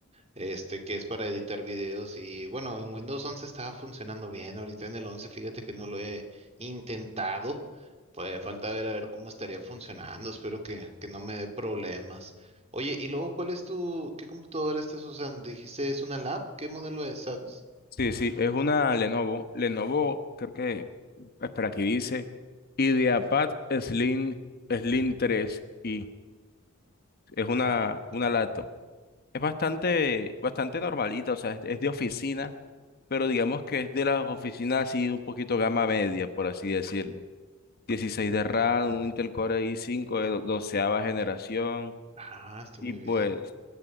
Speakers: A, on the right; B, on the left.
A: este, que es para editar videos y bueno, en Windows 11 estaba funcionando bien, ahorita en el 11 fíjate que no lo he intentado, pues falta ver a ver cómo estaría funcionando, espero que, que no me dé problemas. Oye, y luego, ¿cuál es tu, qué computadora estás usando? Dijiste, es una lab, ¿qué modelo es, sabes?
B: Sí, sí, es una Lenovo. Lenovo, creo que, espera, aquí dice IdeaPad Slim, Slim 3i. Es una,
A: Ah, ok.
B: una laptop. Es bastante, bastante normalita, o sea, es, es de oficina, pero digamos que es de las oficinas así un poquito gama media, por así decirlo. 16 de RAM, un Intel Core i5 de do- doceava generación.
A: Ah, está
B: Y
A: muy
B: pues,
A: bien.